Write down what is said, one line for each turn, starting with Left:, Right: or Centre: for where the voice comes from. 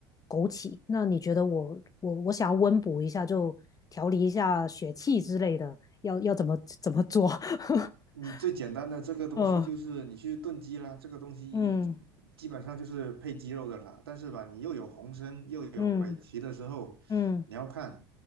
Left: 枸杞。那你觉得我我我想要温补一下，就调理一下血气之类的，要要怎么怎么做？<laughs>
Right: 你最简单的这个东西就是你去炖鸡啦，
Left: 嗯
Right: 这个东西一
Left: 嗯
Right: 基本上就是配鸡肉的啦。但是吧，你又有红参又有北芪的时候，
Left: 嗯嗯嗯
Right: 你要看